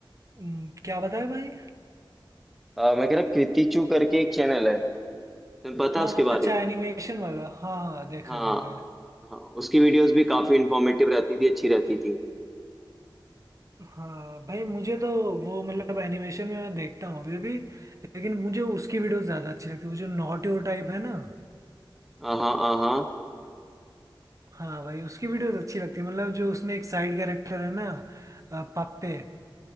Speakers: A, on the right; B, in the centre.
A: हम्म, क्या बताया भाई
B: अ, मैं कह रहा कृति चू करके एक चैनल है तुम्हें पता
A: हाँ
B: है उसके बारे
A: अच्छा
B: में
A: एनिमेशन वाला हाँ हाँ देखा
B: हाँ
A: है देखा है
B: हाँ उसकी वीडियोस भी काफी इंफॉर्मेटिव रहती थी अच्छी रहती थी
A: हाँ भाई मुझे तो वो मतलब एनिमेशन में मैं देखता हूँ अभी भी लेकिन मुझे उसकी वीडियोस ज़्यादा अच्छी लगती है वो जो नॉट योर टाइप है ना
B: हाँ हाँ
A: हाँ भाई उसकी वीडियोस अच्छी लगती है मतलब जो उसमें एक साइड कैरेक्टर है ना अ, पप्पे